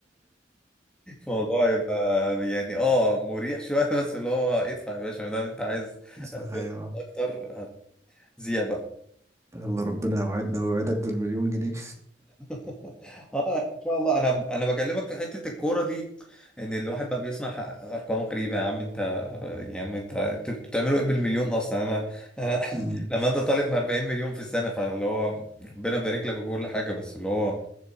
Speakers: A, in the centre; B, on the right (about 15°).
A: الموضوع يبقى يعني اه مريح شوية <laughs> بس اللي هو ادفع يا باشا ما دام انت عايز
B: <laughs> ايوه
A: اكتر هتذيع بقى
B: يلا ربنا يوعدنا ويوعدك بالمليون جنيه
A: <laughs> اه ان شاء الله انا انا بكلمك في حتة الكورة دي ان الواحد بقى بيسمع ارقام غريبة يا عم انت يا عم انت انتوا بتعملوا ايه بالمليون اصلا انا أنا
B: أمم،
A: <laughs> لما انت طالب من 40 مليون في السنة فاللي هو ربنا يبارك لك وكل حاجة بس اللي هو